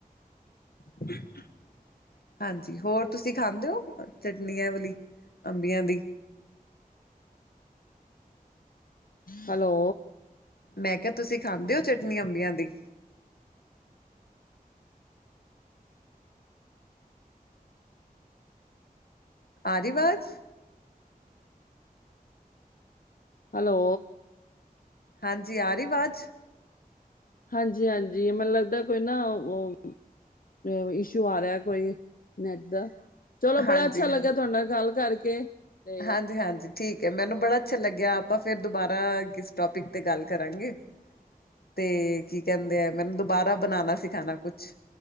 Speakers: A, on the left; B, on the left.
A: ਹ <inaudible> ਹਾਂਜੀ। ਹੋਰ ਤੁਸੀਂ ਖਾਂਦੇ ਹੋ, ਚਟਨੀ ਏ ਵਾਲੀ ਅੰਬੀਆਂ ਦੀ।
B: ਹੈਲੋ,
A: ਮੈਂ ਕਿਹਾ, ਤੁਸੀਂ ਖਾਂਦੇ ਹੋ ਚਟਨੀ ਅੰਬੀਆਂ ਦੀ? ਆ ਗੀ ਆਵਾਜ਼।
B: ਹੈਲੋ,
A: ਹਾਂਜੀ, ਆ ਰਹੀ ਆਵਾਜ਼।
B: ਹਾਂਜੀ- ਹਾਂਜੀ। ਮੈਨੂੰ ਲੱਗਦਾ ਕੋਈ ਨਾ, ਓਹ ਰ ਇਸ਼ੂ ਆ ਰਿਹਾ ਕੋਈ, ਨੈਟ ਦਾ। ਚਲੋ, ਬੜਾ
A: ਹਾਂਜੀ
B: ਅੱਛਾ ਲੱਗਾ ਤੁਹਾਡੇ ਨਾ ਗੱਲ ਕਰਕੇ। ਤੇ
A: ਹਾਂਜੀ-ਹਾਂਜੀ। ਠੀਕ ਐ, ਮੈਨੂੰ ਬੜਾ ਅੱਛਾ ਲੱਗਿਆ। ਆਪਾਂ ਫਿਰ ਦੁਬਾਰਾ ਕਿਸ ਟੋਪਿਕ 'ਤੇ ਗੱਲ ਕਰਾਂਗੇ। ਤੇ, ਕੀ ਕੈਂਦੇ ਆਮੈ ਨੂੰ ਦੁਬਾਰਾ ਬਣਾਣਾ ਸਿਖਾਣਾ ਕੁਛ।